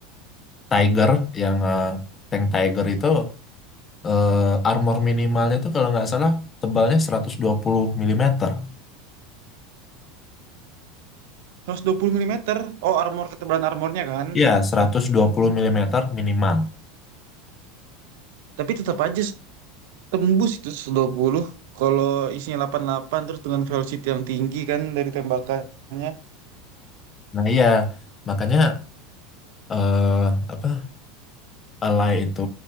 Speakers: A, on the left; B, on the right.
A: Tiger yang eh, tank Tiger itu eh, armor minimalnya itu kalau nggak salah tebalnya 120 mm.
B: seratus dua puluh milimeter oh armor ketebalan armornya kan
A: Iya, 120 milimeter minimal.
B: tapi tetap aja s- tembus itu 120 kalau isinya 88 terus dengan velocity yang tinggi kan dari tembakannya
A: Nah iya, makanya eh, apa Alay itu